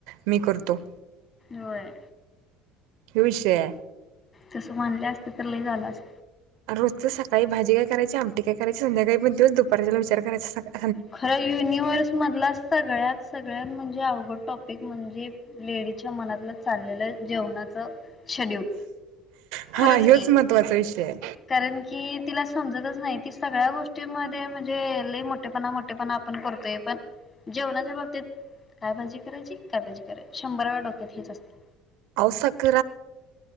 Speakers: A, on the right (about 75°); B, on the left (about 30°).
A: मी करतो
B: होय
A: हो विषय आहे
B: तसं म्हनले असते तर ल झालाच
A: रोजच सकाळी भाजी काय करायची आमटी काय कयची संध्याळीण तेच दुपारच्याला विचार करायचा सका
B: खरं युनिव्हर्स मधला सगळ्यात सगळ्यात म्हण लय अवघड टॉपिक म्हणजे लेडीजच्या मनातलं चाललेलं जेवणाच शेड्युल
A: हा
B: खरच
A: ह्योच
B: की
A: महत्त्वाचा विषय आहे
B: कारण की तिला समजतच नाही ती सगळ्या गोष्टी म म्हणजे लई मोठेपणा पण आपण करतोय पण जेवणाच्या बाबतीत काय भाजी करायची काय भाजी करायची शंभराव डोक्यात हेच असतील
A: अहो सक